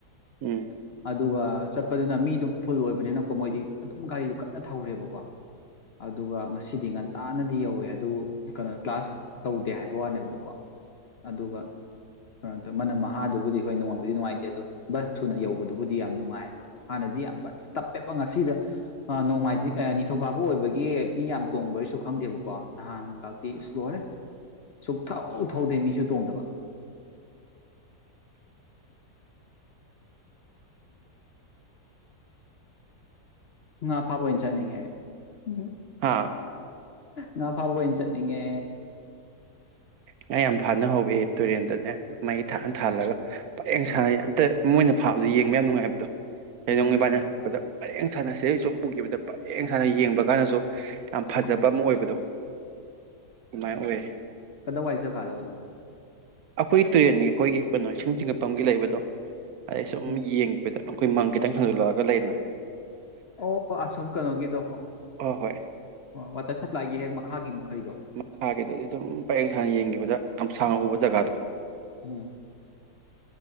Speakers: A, on the right; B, on the left.
A: ꯎꯝ
B: ꯑꯗꯨꯒ ꯄ ꯑꯗꯨꯅ ꯃꯤꯗꯨ ꯐꯨꯜ ꯑꯣꯏꯕꯅꯤꯅꯀꯣ ꯃꯣꯏꯗꯤ ꯑꯗꯨꯝ ꯒꯥꯔꯤꯗꯨꯣ ꯀꯟꯅ ꯊꯧꯔꯦꯕꯀꯣ ꯑꯗꯨꯒ ꯉꯁꯤꯗꯤ ꯉ ꯇꯥꯅꯗꯤ ꯌꯧꯋꯦ ꯑꯗꯨꯕꯨ ꯀꯩꯅꯣ ꯀ꯭ꯂꯥꯁ ꯇꯧꯗꯦ ꯍꯥꯏꯕ ꯋꯥꯅꯦꯕꯀꯣ ꯑꯗꯨꯒ ꯀꯩꯅꯣ ꯇꯧꯋ ꯃꯅꯝ ꯃꯍꯥꯗꯨꯕꯨꯗꯤ ꯍꯈꯣꯏ ꯅꯣꯡꯉꯕꯗꯤ ꯅꯨꯡꯉꯥꯏꯇꯦ ꯑꯗꯨ ꯕꯁ ꯊꯨꯅ ꯌꯧꯕꯗꯨꯕꯨꯗꯤ ꯌꯥꯝ ꯅꯨꯡꯉꯥꯏꯌꯦꯕ ꯍꯥꯟꯅꯗꯤ ꯌꯥꯝ ꯕꯁ ꯇꯞꯄꯦꯕ ꯉꯁꯤꯗ ꯅꯣꯡꯃꯥꯏꯖꯤꯡ ꯅꯤꯡꯊꯧꯀꯥꯕꯨ ꯑꯣꯏꯕꯒꯤ ꯃꯤ ꯌꯥꯝ ꯇꯣꯡꯕꯔꯁꯨ ꯈꯪꯗꯦꯕꯀꯣ ꯅꯍꯥꯟ ꯈꯥꯛꯇꯤ ꯏꯁ ꯂꯣꯏꯔꯦ ꯁꯨꯛ ꯊꯧ ꯊꯧꯗꯦ ꯃꯤꯁꯨ ꯇꯣꯡꯗꯕ ꯎ ꯐꯄꯣꯏ ꯆꯅꯤꯡꯉ ꯎꯝ
A: ꯍꯥ
B: ꯉ ꯐꯥꯕꯣ ꯆꯠꯅꯤꯡꯉꯦ
A: ꯉ ꯌꯥꯝ ꯐꯥꯅ ꯍꯧꯋꯦ ꯇꯨꯔꯦꯟꯗꯅꯦ ꯃꯩ ꯊꯥꯛ ꯊꯥꯜꯂꯒ ꯌꯦꯡ
B: ꯎꯝ
A: ꯁꯥꯡꯉ ꯑꯇ ꯃꯣꯏꯅ ꯐꯥꯕꯁ ꯌꯦꯡꯕ ꯌꯥꯝ ꯅꯨꯡꯉꯥꯏꯕꯗꯣ
B: ꯎꯝ
A: ꯄꯅꯦ ꯍꯥꯄꯗ ꯄꯔꯦꯡ ꯁ ꯁꯥꯅ ꯁꯤꯗꯩ ꯁꯨꯝ ꯎꯈꯤꯕꯗ ꯄꯔꯦꯡ ꯁ ꯁꯥꯅ ꯌꯦꯡꯕ ꯀꯥꯟꯗꯁꯨ ꯌꯥꯝ ꯐꯖꯕ
B: ꯎꯝ
A: ꯑꯃ ꯑꯣꯏꯕꯗꯣ ꯑꯗꯨꯃꯥꯏꯅ ꯑꯣꯏꯌꯦ
B: ꯀꯗ ꯋꯥꯏꯆ ꯀꯥꯜꯕꯟ
A: ꯑꯩꯈꯣꯏ ꯇꯨꯔꯦꯟꯅꯤ ꯑꯩꯈꯣꯏꯒꯤ ꯀꯩꯅꯣ ꯏꯁꯤꯡ ꯆꯤꯡꯉꯛꯄꯒꯤ ꯂꯩꯕꯗꯣ ꯑꯩ ꯁꯨꯝ
B: ꯎꯝ
A: ꯌꯦꯡꯉꯛꯄꯩꯗ ꯑꯩꯈꯣꯏ ꯃꯪ ꯈꯤꯇꯪ ꯍꯦꯟꯗꯣꯛꯂꯛꯑꯒ ꯂꯩꯅ
B: ꯑꯣ ꯑꯁꯣꯝ ꯀꯩꯅꯣꯒꯤꯗꯣ ꯑꯣ
A: ꯍꯣꯏ ꯍꯣꯏ
B: ꯋꯥꯇꯔ ꯁꯄ꯭ꯂꯥꯏꯒꯤ ꯍꯦꯛ ꯃꯈꯥꯒꯤ ꯃꯈꯩꯗꯣ
A: ꯃꯈꯥꯒꯤꯗꯨꯗꯤ ꯑꯗꯨꯝ ꯄꯔꯡ ꯁꯥꯡꯅ
B: ꯎꯝ
A: ꯌꯦꯡꯈꯤꯕꯗ ꯌꯥꯝ ꯁꯥꯡꯅ ꯎꯕ ꯖꯒꯥꯗꯣ
B: ꯎꯝ